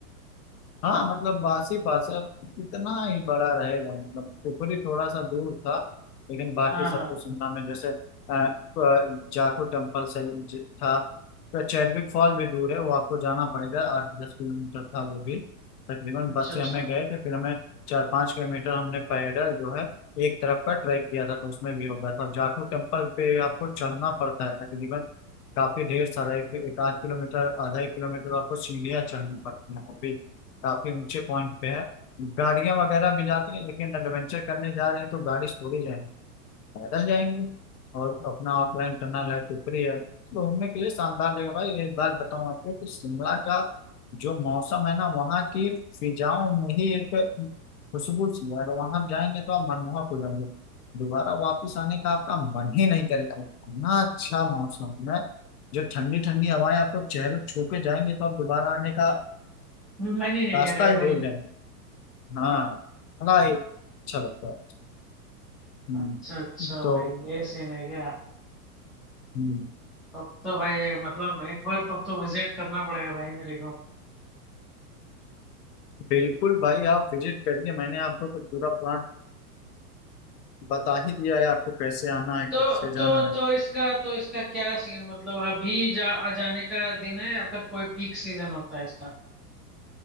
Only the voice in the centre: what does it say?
हाँ
हाँ
अच्छा
अच्छा
मन ही नहीं
करेगा
भाई
अच्छा अच्छा
भाई ये सीन है क्या
तब तो भाई मतलब एक बार तब तो विजिट करना पड़ेगा भाई मेरे को
तो तो
तो
इसका तो इसका क्या सीन मतलब अभी जा आ जाने का दिन है या फिर कोई पीक सीजन होता है इसका